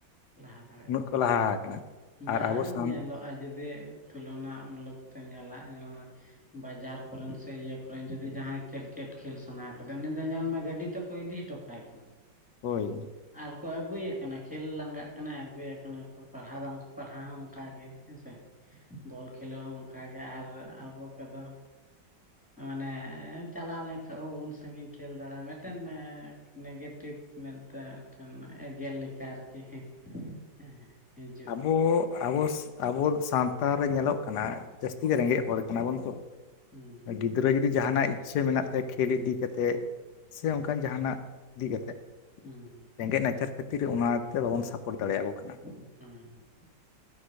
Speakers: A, in the centre; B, on the left.
A: ᱞᱟᱦᱟ ᱫᱟᱲᱮᱜ
B: ᱩᱱᱟᱹᱜ
A: ᱠᱟᱱᱟ
B: ᱠᱚ ᱞᱟᱦᱟ ᱟᱠᱟᱱᱟ
A: ᱾ᱵᱟᱝ
B: ᱟᱨ ᱟᱵᱚ ᱥᱟᱱ
A: ᱧᱮᱞᱚᱜᱼᱟ ᱡᱩᱫᱤ ᱛᱩᱞᱚᱱᱟ ᱢᱩᱞᱚᱠ ᱛᱮ ᱧᱮᱞᱟᱜ ᱧᱮᱞ ᱢᱮ ᱵᱟᱡᱟᱨ ᱠᱚᱨᱮᱱ ᱥᱮ ᱤᱭᱟᱹ ᱠᱚᱨᱮᱱ ᱡᱩᱫᱤ ᱡᱟᱸᱦᱟᱸᱭ ᱠᱤᱨᱠᱮᱴ ᱠᱷᱮᱞ ᱥᱟᱱᱟ ᱠᱟᱫᱮᱭᱟ ᱩᱱᱤ ᱫᱚ ᱧᱮᱞᱢᱮ ᱜᱟᱹᱰᱤ ᱛᱮ ᱠᱚ ᱤᱫᱤ ᱦᱚᱴᱚ ᱠᱟᱭ ᱠᱟᱱᱟ᱾
B: ᱦᱳᱭ
A: ᱟᱨ ᱠᱚ ᱟᱹᱜᱩᱭᱮ ᱠᱟᱱᱟ ᱠᱷᱮᱞ ᱞᱟᱸᱜᱟᱜ ᱠᱟᱱᱟᱭ ᱟᱹᱜᱩᱭᱮ ᱠᱚ ᱯᱟᱲᱦᱟᱣ ᱵᱟᱝ ᱯᱟᱲᱦᱟᱣ ᱦᱚᱸ ᱚᱱᱠᱟᱜ ᱜᱮ ᱦᱮᱸ ᱥᱮ᱾ ᱵᱚᱞ ᱠᱷᱮᱞᱳᱜ ᱦᱚᱸ ᱚᱱᱠᱟᱜᱮ ᱟᱨ ᱟᱵᱚ ᱠᱚᱫᱚ᱾ ᱢᱟᱱᱮ ᱪᱟᱞᱟᱣ ᱞᱮᱱᱠᱷᱟᱡ ᱳ ᱩᱱ ᱥᱟᱸᱜᱤᱧ ᱠᱷᱮᱞ ᱫᱟᱲᱮᱟᱢ ᱢᱤᱫᱴᱮᱱ ᱱᱮᱜᱮᱴᱤᱵᱷ ᱢᱮᱱᱛᱮ ᱢᱤᱫᱴᱮᱱ ᱮᱜᱮᱨ ᱞᱮᱠᱟ ᱟᱨᱠᱤ᱾ ᱦᱮᱸ ᱦᱮᱸ
B: ᱟᱵᱚ, ᱟᱵᱚ, ᱟᱵᱚ ᱥᱟᱶᱛᱟ ᱨᱮ ᱧᱮᱞᱚᱜ ᱠᱟᱱᱟ ᱡᱟᱹᱥᱛᱤ ᱜᱮ ᱨᱮᱸᱜᱮᱡ ᱦᱚᱲ ᱠᱟᱱᱟ ᱵᱚᱱ ᱛᱚ᱾
A: ᱦᱩᱸ
B: ᱟᱹᱰᱤ ᱜᱤᱫᱽᱨᱟᱹ ᱡᱩᱫᱤ ᱡᱟᱦᱟᱱᱟᱜ ᱤᱪᱪᱷᱟᱹ ᱢᱮᱱᱟᱜ ᱛᱟᱭᱟ ᱠᱷᱮᱞ ᱤᱫᱤ ᱠᱟᱛᱮᱜ ᱥᱮ ᱚᱱᱠᱟ ᱡᱟᱦᱟᱱᱟᱜ ᱤᱫᱤ ᱠᱟᱛᱮ,
A: ᱦᱩᱸ
B: ᱨᱮᱸᱜᱮᱡ ᱱᱟᱪᱟᱨ ᱠᱷᱟᱹᱛᱤᱨ ᱚᱱᱟᱛᱮ ᱵᱟᱵᱚᱱ ᱥᱟᱯᱚᱴ ᱫᱟᱲᱮᱭᱟᱠᱚ ᱠᱟᱱᱟ ᱾
A: ᱦᱩᱸ ᱦᱩᱸ᱾